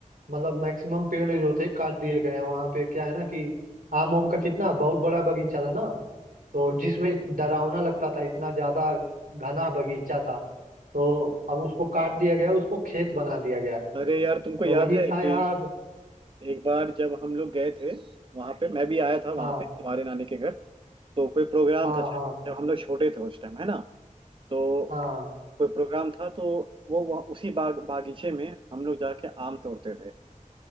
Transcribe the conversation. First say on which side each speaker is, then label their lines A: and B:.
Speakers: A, on the right; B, on the right.
A: मतलब मैक्सिमम पेड़ जो थे काट दिए गए हैं वहाँ पे क्या है ना कि आम आम का कितना बहुत बड़ा बगीचा था ना तो जिसमें डरावना लगता था इतना ज्यादा घना बगीचा था तो अब उसको काट दिया गया उसको खेत बना दिया गया
B: अरे यार
A: तो
B: तुमको याद
A: वही
B: है
A: था यार
B: कि एक बार जब हम लोग गए थे वहां पे मैं भी आया था
A: हाँ
B: वहां पे तुम्हारे नानी के घर तो कोई प्रोग्राम
A: हाँ
B: था शायद
A: हाँ
B: जब हम लोग छोटे थे उस टाइम है ना तो
A: हाँ
B: कोई प्रोग्राम था तो वो वहाँ उसी बाग बागीचे में हम लोग जाके आम तोड़ते थे